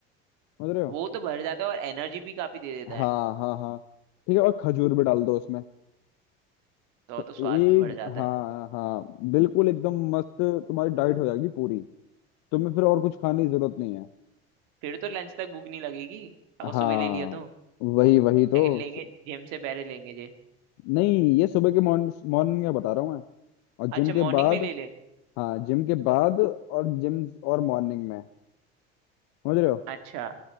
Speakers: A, on the left; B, on the right.
A: समझ रहे हो
B: वो तो भर जाता है और एनर्जी भी काफी दे देता
A: हाँ
B: है
A: हाँ हाँ ठीक है और खजूर भी डाल दो उसमें
B: तो
A: तो
B: तो स्वाद
A: एक
B: भी बढ़ जाता
A: हाँ
B: है
A: हाँ बिल्कुल एकदम मस्त तुम्हारी डाइट हो जाएगी पूरी तुम्हें फिर और कुछ खाने की जरूरत नहीं है
B: फिर तो लंच तक भूख नहीं लगेगी अगर सुबह
A: हाँ
B: ले लिया तो
A: वही वही तो
B: लेकिन लेंगे
A: स-
B: जिम से पहले लेंगे जे
A: नहीं ये सुबह के मॉर्निंग मॉर्निंग में बता रहा हूँ मैं और जिम
B: अच्छा
A: के
B: मॉर्निंग
A: बाद
B: में ले ले
A: हाँ जिम के बाद और जिम और मॉर्निंग में समझ रहे हो
B: अच्छा